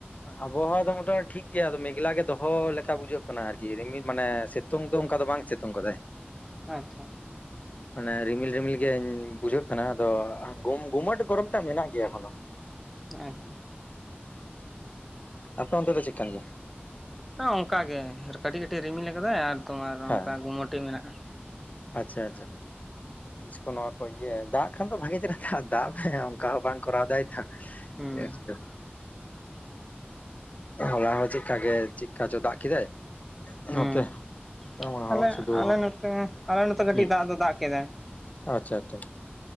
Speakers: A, on the left; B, in the centre.
A: <inaudible> ᱟᱵᱚᱦᱟᱣᱟ ᱫᱚ ᱢᱚᱴᱟᱢᱩᱴᱤ ᱴᱷᱤᱠ ᱜᱮᱭᱟ ᱟᱫᱚ ᱢᱮᱜᱽᱞᱟ ᱜᱮ ᱫᱚᱦᱚ ᱞᱮᱠᱟ ᱵᱩᱡᱷᱟᱹᱜ ᱠᱟᱱᱟ ᱟᱨᱠᱤ ᱨᱤᱢᱤᱫ ᱢᱟᱱᱮ ᱥᱮᱛ ᱩᱝ ᱫᱚ ᱚᱱᱠᱟ ᱫᱚ ᱵᱟᱝ ᱥᱤᱛᱩᱝ ᱠᱟᱫᱟᱭ
B: ᱦᱮᱸ ᱛᱷᱚ
A: ᱚᱱᱮ ᱨᱤᱢᱤᱞ ᱨᱤᱢᱤᱞ ᱜᱮᱧ ᱵᱩᱡᱷᱟᱹᱜ ᱠᱟᱱᱟ ᱟᱫᱚ ᱜᱩᱢᱜᱩᱢᱟᱹᱴ ᱜᱚᱨᱚᱢ ᱴᱟᱜ ᱢᱮᱱᱟᱜ ᱜᱮᱭᱟ ᱮᱠᱷᱚᱱᱚ᱾ <inaudible>
B: ᱟᱪᱪᱷᱟ
A: ᱟᱯᱮ ᱚᱱᱛᱮ ᱫᱚ ᱪᱮᱠᱟᱱ ᱜᱮᱭᱟ
B: ᱚᱱᱠᱟᱜ ᱜᱮ ᱠᱟᱹᱴᱤᱡ ᱠᱟᱹᱴᱤᱡ ᱨᱤᱢᱤᱞ ᱟᱫᱟᱭ ᱟᱨ ᱛᱳᱢᱟᱨ
A: ᱦᱮᱸ
B: ᱚᱱᱠᱟ ᱜᱩᱢᱴᱤ ᱢᱮᱱᱟᱜᱼᱟ
A: ᱟᱪᱪᱷᱟ ᱟᱪᱪᱷᱟ ᱛᱤᱥ ᱠᱚ ᱱᱚᱣᱟ ᱠᱚ ᱤᱭᱟᱹ ᱫᱟᱜ ᱠᱷᱟᱱ ᱫᱚ ᱵᱷᱟᱜᱤ ᱪᱮᱦᱨᱟ ᱫᱟᱜ ᱫᱟᱜ ᱦᱮᱸ ᱚᱱᱠᱟ ᱦᱚᱸ ᱵᱟᱝ ᱠᱚᱨᱟᱣ ᱫᱟᱭ ᱛᱚ
B: ᱦᱮᱸ
A: ᱱᱮᱥ ᱫᱚ ᱦᱚᱞᱟ ᱦᱚᱸ ᱪᱮᱫᱠᱟ ᱜᱮ ᱪᱮᱫᱠᱟ ᱪᱚ ᱫᱟᱜ ᱠᱮᱫᱟᱭ
B: ᱦᱩᱸ
A: ᱱᱚᱛᱮ ᱦᱚᱸ
B: ᱟᱞᱮ
A: ᱥᱩᱫᱷᱩ
B: ᱟᱞᱮ ᱱᱚᱛᱮ ᱟᱞᱮ ᱱᱚᱛᱮ ᱠᱟᱹᱴᱤᱡ
A: ᱦᱩᱸ
B: ᱫᱟᱜ ᱫᱚ ᱫᱟᱜ ᱠᱮᱫᱟᱭ
A: ᱟᱪᱪᱷᱟ ᱟᱪᱪᱷᱟ